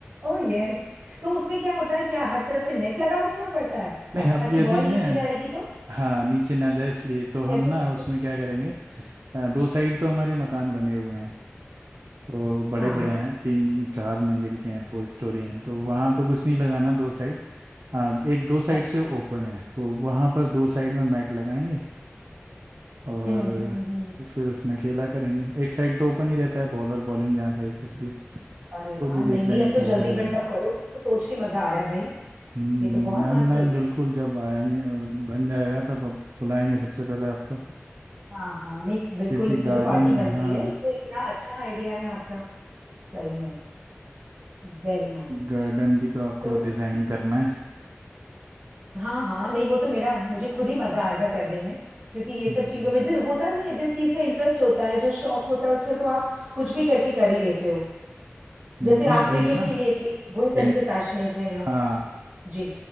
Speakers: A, on the right; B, on the right.
A: ओ यस तो उसमें क्या होता है क्या हर तरफ से नेट लगा देना पड़ता है
B: नहीं
A: ताकि
B: अभी अभी
A: बॉल
B: ना
A: नीचे जाएगी तो
B: हाँ नीचे ना जाए इसलिए तो हम
A: कैसे
B: ना
A: करते
B: उसमें
A: हैं
B: क्या करेंगे अ, दो साइड तो हमारे मकान बने हुए हैं तो बड़े
A: हाँ
B: बड़े हैं तीन चार मंजिल के हैं फोर स्टोरी हैं तो वहाँ तो कुछ नहीं लगाना दो साइड हाँ एक दो साइड
A: अच्छा
B: से ओपन है तो वहाँ पर दो साइड में मैट लगाएंगे और
A: हम्म हम्म हम्म
B: फिर उसमें खेला करेंगे एक साइड तो ओपन ही रहता है बॉलर बॉलिंग जहाँ साइड करती है उसको
A: अरे वाह
B: भी
A: नहीं
B: देख
A: नहीं
B: लेंगे
A: अब
B: कवर
A: तो जल्दी
B: कर
A: बिल्डअप
B: लेंगे
A: करो मुझे तो सोच के मजा आ रहा है भाई
B: हम्म,
A: ये तो बहुत
B: मैम
A: मस्त प्रोजेक्ट
B: नहीं बिल्कुल जब आएंगे अ, बन जाएगा तब आप बुलाएंगे सबसे पहले आपको
A: है हाँ हाँ नहीं बिल्कुल
B: क्योंकि
A: इसमें
B: गार्डन
A: तो पार्टी बनती
B: हाँ
A: है ये तो इतना अच्छा आइडिया है आपका सही में Very nice
B: गार्डन भी तो आपको
A: तो
B: डिजाइन करना है
A: हाँ हाँ नहीं वो तो मेरा मुझे खुद ही मजा आएगा करने में क्योंकि ये
B: हम्म।
A: सब चीजों में जिस होता नहीं है जिस चीज में इंटरेस्ट होता है जो शौक होता है उसमें तो आप कुछ भी करके कर ही लेते हो
B: नहीं
A: जैसे आप क्रिकेट
B: वही है ना
A: के लिए इतनी बुरी तरह
B: इन-
A: से पैशनेट हैं और
B: हाँ
A: जी